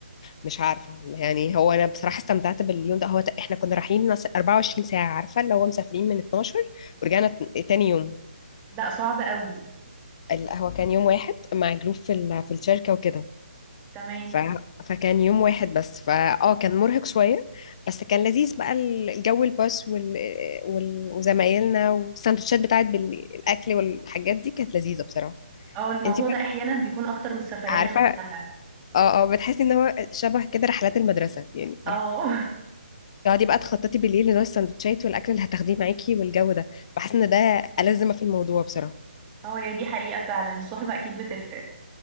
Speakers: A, on the left; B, on the right.
A: مش عارفة يعني هو أنا بصراحة استمتعت باليوم ده هو ت- إحنا كنا رايحين نص- 24 ساعة عارفة اللي هو مسافرين من 12 ورجعنا ت- تاني يوم
B: لا صعب قوي
A: ال- هو كان يوم واحد مع جروب في ال... في الشركة وكده
B: تمام
A: ف... فكان يوم واحد بس فا اه كان مرهق شوية بس كان لذيذ بقى ال- الجو الباص وال... وال... وزمايلنا والسندوتشات بتاعت بالأكل والحاجات دي كانت لذيذة بصراحة
B: اه الموضوع
A: انتي بقى
B: ده احيانا بيكون اكتر من السفرية
A: عارفة
B: نفسها
A: اه اه بتحسي ان هو شبه كده رحلات المدرسة يعني
B: اه
A: تقعدي بقى تخططي بالليل لنوع السندوتشات والاكل اللي هتاخديه معاكي والجو ده بحس ان ده ألذ ما في الموضوع بصراحه
B: <laughs> اه يعني دي حقيقة فعلا الصحبة اكيد بتفرق